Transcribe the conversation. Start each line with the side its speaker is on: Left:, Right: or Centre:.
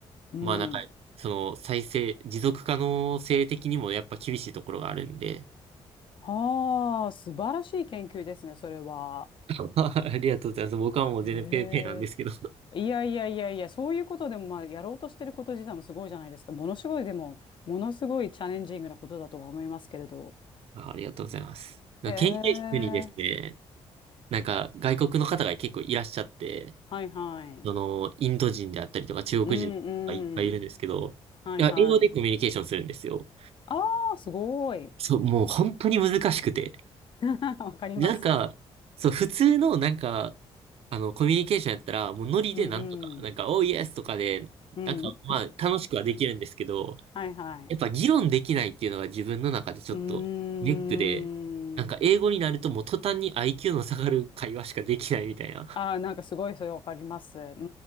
Left: うん。
Right: まあなんか、その再生、持続可能性的にもやっぱ厳しいところがあるんで。
Left: ああ、素晴らしい研究ですね、それは。
Right: <laughs> ありがとうございます。僕はもう全然ペーペーなんですけど。
Left: へえ。いやいやいやいや、そういうことでも、まあ、やろうとしてること自体もすごいじゃないですか。ものすごい、でも、ものすごいチャレンジングなことだとは思いますけれど。
Right: あ、ありがとうございます。なんか研究室にですね、
Left: へえ。
Right: なんか外国の方が結構いらっしゃって、
Left: はいはい。
Right: その、インド人であったりとか中国人がいっぱいいるんですけど、
Left: うんうん。はいはい。
Right: いや、英語でコミュニケーションするんですよ。
Left: ああ、すごい。
Right: そう、もう本当に難しくて。
Left: <laughs> わかります。
Right: なんか、そう、普通のなんか、あの、コミュニケーションやったら、もうノリでなんとか、
Left: うんうん。
Right: なんか、おーイエスとかで、
Left: うん
Right: なんか、まあ、楽しくはできるんですけど、
Left: はいはい。
Right: やっぱ議論できないっていうのが自分の中でちょっとネックで、
Left: うーん。
Right: なんか英語になるともう途端に IQ の下がる会話しかできないみたいな。
Left: ああ、なんかすごいそれわかります。うんう